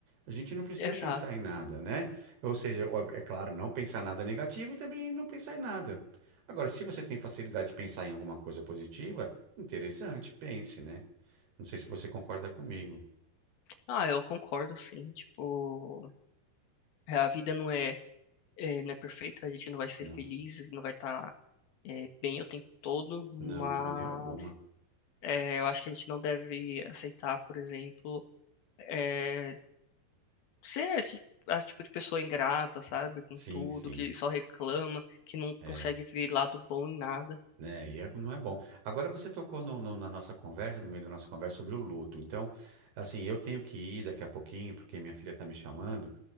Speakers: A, on the right; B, on the left.
A: A gente não precisa
B: exato.
A: pensar em nada, né? Ou seja, ó, é claro, não pensar nada negativo e também não pensar em nada. Agora, se você tem facilidade de pensar em alguma coisa positiva, Interessante, pense, né? Não sei se você concorda comigo.
B: Ah, eu concordo, sim. Tipo, eh, a vida não é, eh, não é perfeita, a gente não vai ser
A: Não,
B: feliz, não vai estar, bem o tempo todo, mas
A: não, de maneira alguma.
B: eh, eu acho que a gente não deve aceitar, por exemplo, eh, ser esse a tipo de pessoa ingrata, sabe, com
A: Sim,
B: tudo,
A: sim.
B: que só reclama, que não
A: É,
B: consegue ver lado bom em nada.
A: né? E é- não é bom. Agora você tocou no- no- na nossa conversa, no meio da nossa conversa sobre o luto. Então, assim, eu tenho que ir daqui a pouquinho, porque minha filha está me chamando